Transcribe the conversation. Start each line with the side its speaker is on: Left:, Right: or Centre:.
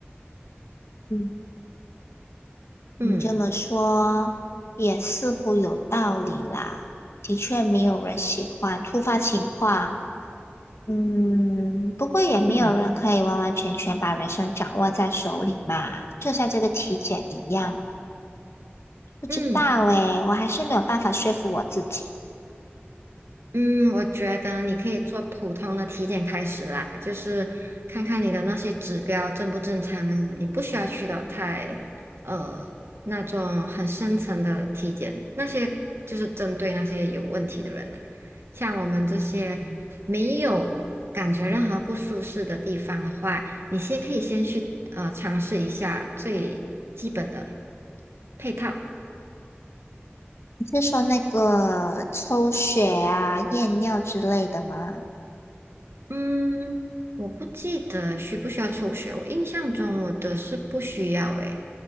Left: 嗯，
Right: 嗯
Left: 你这么说也似乎有道理啦。的确，没有人喜欢突发情况，嗯，不过也没有人可以完完全全把人生掌握在手里嘛，
Right: 嗯
Left: 就像这个体检一样，不知道诶，
Right: 嗯。
Left: 我还是没有办法说服我自己。
Right: 嗯，我觉得你可以做普通的体检开始啦，就是看看你的那些指标正不正常啊，你不需要去到太呃那种很深层的体检，那些就是针对那些有问题的人啦、像我们这些没有感觉任何不舒适的地方的话，你先可以先去呃尝试一下最基本的配套。
Left: 你是说那个抽血啊、验尿之类的吗？
Right: 嗯，我不记得需不需要抽血，我印象中我的是不需要诶，